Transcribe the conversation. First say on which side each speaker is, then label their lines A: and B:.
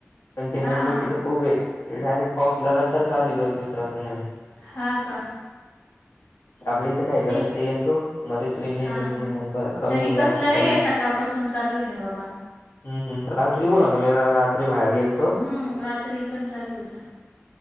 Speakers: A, on the left; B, on the left.
A: पण ते
B: हां
A: मुंबई तिथं खूप आहे ते डायरेक्ट पाऊस लगात तर चालू दोन दिवस असं म्हणे
B: हा का
A: आपले जरासा
B: तेच
A: येतो मध्येच रिमझिम
B: हां
A: रिमझिम कमी
B: तरी
A: जास्त
B: कसलं आहे
A: कमी
B: सकाळपासून चालू आहे ना बाबा
A: हम्म हम्म रात्री पण होता मी रात्री बाहेर गेल
B: हम्म रात्री पण चालू होता